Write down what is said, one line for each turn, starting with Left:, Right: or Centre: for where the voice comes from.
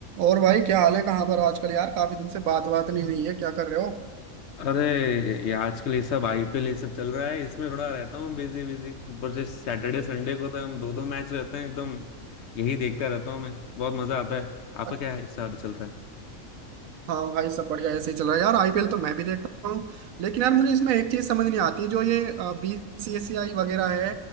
Right: और भाई क्या हाल है कहाँ पर हो आजकल यार काफी दिन से बात बात नहीं हुई है क्या कर रहे हो
Left: अरे ये आजकल ये सब आईपीएल ये सब चल रहा है इसमें थोड़ा रहता हूँ बिजी बिजी ऊपर से सैटरडे संडे को तो हम दो दो मैच रहते हैं एकदम यही देखता रहता हूँ मैं बहुत मजा आता है आपका
Right: अ-
Left: क्या हिसाब चल रहा है
Right: हाँ भाई सब बढ़िया ऐसे ही चल रहा है यार आईपीएल तो मैं भी देखता हूँ लेकिन यार मुझे इसमें एक चीज समझ नहीं आती जो ये बीसीसीआई वगैरह है